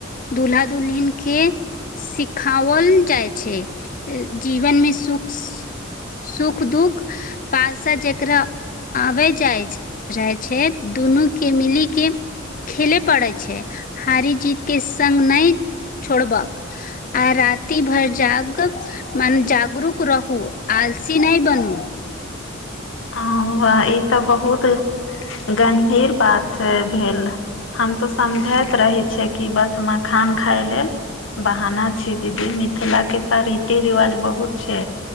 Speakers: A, on the left (about 40°); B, on the left (about 80°).
A: दुल्हा दुल्हिन के सिखाओल जा छै जीवन मे सुख सुख दुःख पालसा जेकरा आबै जाइत रहै छै दुनूके मिली के खेले पड़ैत छै हारी जीत के संग नहि छोड़बाक आ राति भर जाग के मन जागरूक रहूँ आलसी नहि बनू
B: ई त बहुत गंभीर बात भेल हम ते समझैत रहै छियै कि बस मखान खाय लेल बहाना छी दीदी मिथिला के तऽ रीति रिवाज बहुत छै